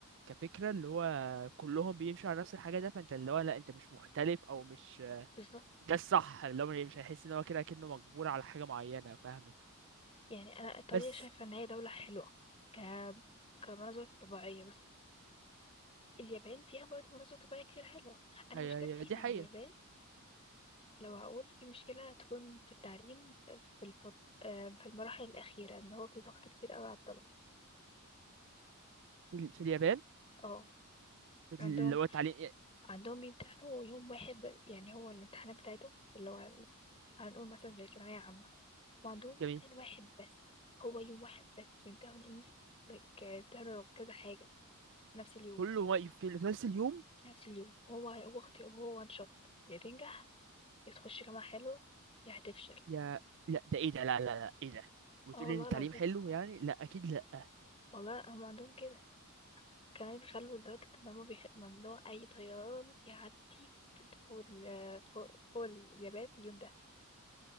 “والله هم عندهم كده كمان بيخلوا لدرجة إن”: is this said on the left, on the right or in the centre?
Left